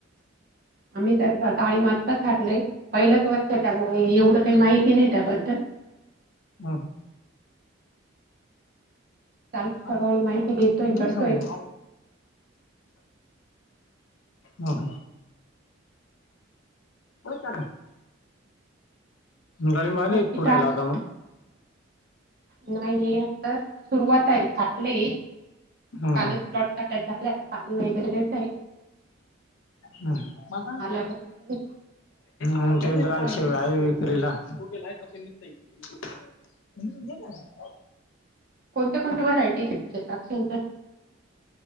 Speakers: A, on the right; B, on the left.
A: आम्ही त्यात आळी मातताच छाटलयं, पहिलंच वर्ष त्यामुळे एवढं काही माहिती नाही त्याबद्दल.
B: हा हां.
A: चालू
B: मीच
A: हळूहळू माहिती घेतोय करतोय
B: <unintelligible> हॅलो, हा हा. <inaudible> डाळींब आले
A: बाकी
B: का खुडायला
A: द्राक्ष
B: आता म?
A: नाही आता सुरुवात आहे, छाटलंय
B: हम्म
A: कालच प्लॉट झाटाय झालायं, आता पाणी वगैरे देऊन
B: हां हां.
A: आल्यावरती बघू
B: आमचे ही द्राक्षे आहे विक्रीला. <unintelligible>
A: कोणत्या कोणत्या व्हरायटी ये तुमच्या द्राक्षांच्या?